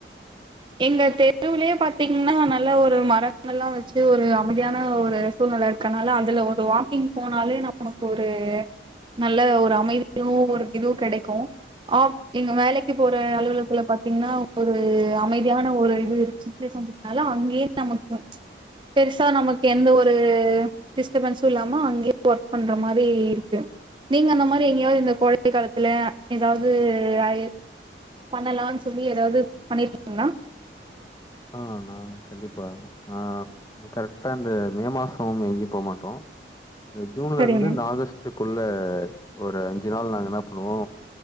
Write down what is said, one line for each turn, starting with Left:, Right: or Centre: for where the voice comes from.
Right: எங்க தெருவுலயே பாத்தீங்கன்னா நல்ல ஒரு மர கள் லா எல்லா வச்சு ஒரு அமைதி மைதியான ஒரு சூழ்நில இருக்கனால அதுல ஒரு வாக்கிங் போனாலே நமக்கு ஒரு நல்ல ஒரு அமைதியு ஒரு இதுவு கெடைக்கு ஆப் எங்க வேலைக்கு போற அலுவலத்துல பாத்தீங்கன்னா ஒரு அமை மைதியான ஒரு இது சுச்சுவேஷன் இருக் அதனால அங்யே நமக்கு பெருசா நமக்கு எந்த ஒரு டிஸ்டர்பன்ஸும் இல்லாமோ அங்கயே ஒர்க் பண்ற மாரி இருக்கு நீங்க அந்த மாரி எங்கேயாவது இந்த கோடை காலத்துல ஏதாவது ஐ பண்ணலானு சொல்லி ஏதாவது பண்ணிருக்கி ங்ளா
Left: ஆ நா கண்டிப்பா ஆ கரெக்டா இந்த மே மாசம் எங்கயு போமாட்டோ இந்த ஜூன்லருந்து
Right: சரிங்க
Left: இந்த ஆகஸ்ட்டு குள்ள ஒரு அஞ்சு நாள் நாங்க என்ன பண்ணுவோ